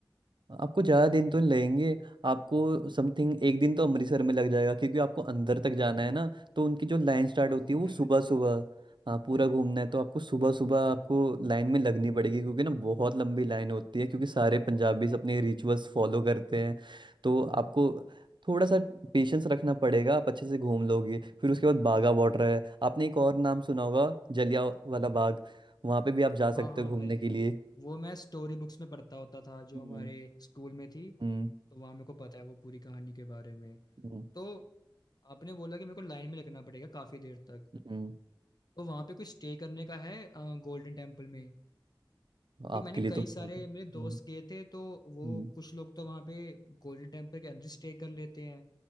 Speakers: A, on the right; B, on the left.
A: आपको ज़्यादा दिन तो नहीं लगेंगे आपको समथिंग एक दिन तो अमृतसर में लग जाएगा क्योंकि आपको अंदर तक जाना है ना तो उनकी जो लाइन स्टार्ट
B: अब
A: होती
B: घूमना
A: है वो सुबह
B: है मैंने
A: सुबह
B: पूरा
A: हाँ पूरा घूमना है तो आपको सुबह सुबह आपको लाइन में लगनी पड़ेगी क्योंकि ना बहुत लंबी लाइन होती है क्योंकि सारे पंजाबीज अपने रिचुअल्स फॉलो करते हैं तो आपको थोड़ा सा पेशेंस रखना पड़ेगा आप अच्छे से घूम लोगे फिर उसके बाद बागा बॉर्डर है आपने एक और नाम सुना होगा जलिया वाला बाग वहाँ पे भी आप जा सकते
B: हाँ हाँ
A: हो घूमने
B: भाई
A: के लिए
B: वो मैं स्टोरी बुक्स में पढ़ता होता था जो
A: हम्म
B: हमारे स्कूल में थी
A: हम्म
B: तो वहाँ मेरे को पता है वो पूरी कहानी के बारे में
A: हम्म,
B: तो आपने बोला कि मेरे को लाइन में लगना पड़ेगा काफ़ी देर तक
A: हम्म।
B: तो वहाँ पे कुछ स्टे करने का है गोल्डन टेम्पल में कि
A: आपके
B: मैंने
A: लिए
B: कई
A: तो बहुत-
B: सारे मेरे दोस्त
A: हम्म,
B: गए थे तो वो
A: हम्म।
B: कुछ लोग तो वहाँ पे गोल्डन टेम्पल के अंदर स्टे कर लेते हैं